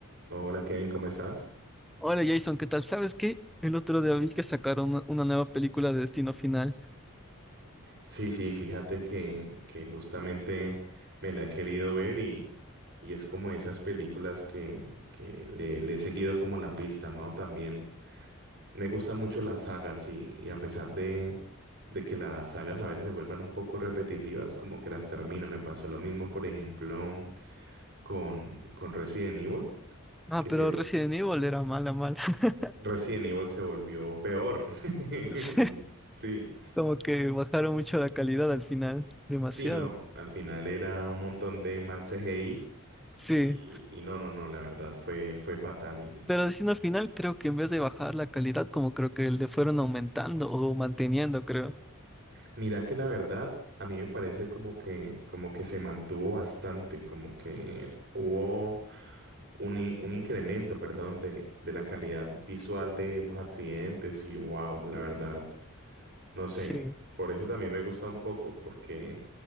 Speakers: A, on the right; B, in the centre.
A: Hola Kevin, ¿cómo estás?
B: Hola Jason, ¿qué tal? ¿Sabes qué? El otro día vi que sacaron una una nueva película de Destino Final.
A: Sí, sí, fíjate que, que justamente me la he querido ver y, y es como esas películas que, que le, le he seguido como la pista, ¿no? También me gustan mucho las sagas y, y a pesar de, de que las sagas a veces se vuelvan un poco repetitivas, como que las termino. Me pasó lo mismo, por ejemplo, con, con Resident Evil,
B: Ah,
A: que
B: pero
A: se,
B: Resident Evil era mala, mala. <laughs>
A: Resident Evil se volvió peor. <laughs>
B: Sí,
A: Sí.
B: como que bajaron mucho la calidad al final, demasiado.
A: Sí, no, al final era un montón de mal CGI
B: Sí,
A: y, y no, no, no, la verdad fue, fue fatal. Y
B: pero Destino Final creo que en vez de bajar la calidad, como creo que le fueron aumentando o manteniendo, creo.
A: mira que la verdad a mí me parece como que, como que se mantuvo bastante, como que hubo un, in- un incremento, perdón, de, de la calidad visual de los accidentes y wow, la verdad, no sé,
B: Sí.
A: por eso también me gusta un poco, porque